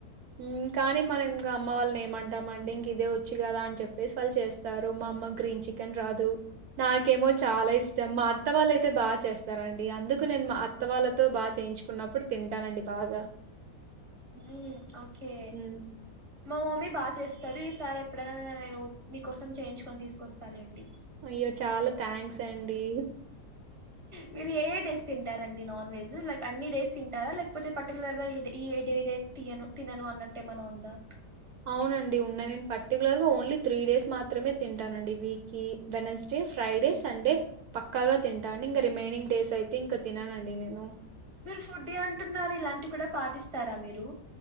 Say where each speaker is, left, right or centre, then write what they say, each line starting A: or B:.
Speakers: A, on the right; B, on the right.
A: ఉమ్ కానీ మనం ఇంకా అమ్మ వాళ్ళని ఏమంటామండి ఇంక ఇదే వచ్చూ కదా అని చెప్పేసి వాళ్ళు చేస్త స్తారు మా అమ్మ గ్రీన్ చికెన్ రాదు నాకేమో చాలా ఇష్టం మా అత్త వాళ్ళు అయితే బాగా చేస్తారండి అందుకు నేను మా అత్త వాళ్ళతో బాగా చేయించుకున్నప్పుడు తింటానండి బాగా
B: ఉమ్ ఓకే
A: హ్మ్
B: మా మమ్మీ బాగా చేస్తాది ఈ సారి ఎప్పుడైనా నేను మీకోసం చేయించుకొని తీసుకొస్తా లేండి
A: అయ్యో చాలా థ్యాంక్స్ అండి
B: మీరు ఏ డేస్ తింటారండి నాన్ వెజ్ లైక్ అన్ని డేస్ తింటారా లేకపోతే పర్టికులర్ గా ఈ డే ఈ ఏడే డే తినను తినను అన్నట్టేమన్నా ఉందా
A: అవునండి ఉన్నది నేను పర్టికులర్ గా ఓన్లీ త్రీ డేస్ మాత్రమే తింటానండి వీక్ కి వెడ్నెస్డే ఫ్రైడే సండే ప పక్కాగా తింటా అండి ఇంక రిమైనింగ్ డేస్ అయితే ఇంకా తిననండి నేను
B: మీరు ఫుడ్డీ అంటున్నారు ఇలాంటివి కూడా పాటిస్తారా మీరు